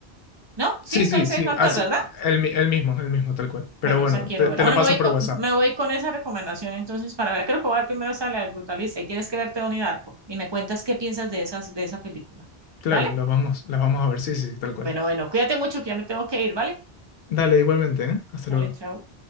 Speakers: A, on the right; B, on the left.
A: ¿No? Sí,
B: Sí,
A: es
B: sí,
A: con ese
B: sí,
A: mismo actor,
B: así,
A: ¿verdad?
B: el, mi- el mismo, el mismo, tal cual. Pero
A: Bueno,
B: bueno,
A: esa quiero
B: te
A: ver.
B: te
A: Bueno,
B: lo paso
A: me voy
B: por
A: con,
B: WhatsApp.
A: me voy con esa recomendación entonces para ver. Creo que voy a ver primero esa la del Brutalista y tienes que verte Donnie Darko y me cuentas qué piensas de esas, de esa película.
B: Claro,
A: ¿Vale?
B: las vamos, las vamos a ver, sí, sí, sí, tal cual.
A: Bueno, bueno, cuídate mucho que ya me tengo que ir, ¿vale?
B: Dale, igualmente, ¿eh? Hasta
A: Dale,
B: luego.
A: chao.